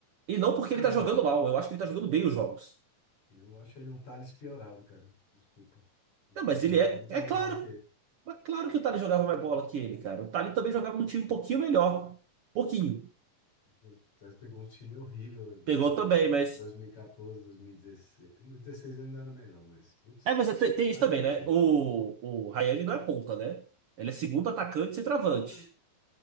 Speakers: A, on the right; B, on the left.
A: E não porque
B: <clears throat>
A: ele tá jogando mal, eu acho que ele tá jogando bem os jogos.
B: eu acho ele um Thales piorado, cara. Desculpa. O
A: Não,
B: Thales
A: mas ele
B: jogava
A: é.
B: muito
A: É
B: mais
A: claro,
B: bola que ele.
A: é claro que o Tali jogava mais bola que ele, cara. O Tali também jogava num time um pouquinho melhor. Pouquinho.
B: O Thales pegou um time horrível
A: Pegou
B: em
A: também, mas.
B: 2014, 2016. No 16 ainda era melhor, mas, putz,
A: É, mas tem, tem
B: mas
A: isso também,
B: enfim.
A: né? O, o Ryan ele não é ponta, né? Ele é segundo atacante e centroavante.
B: Cara,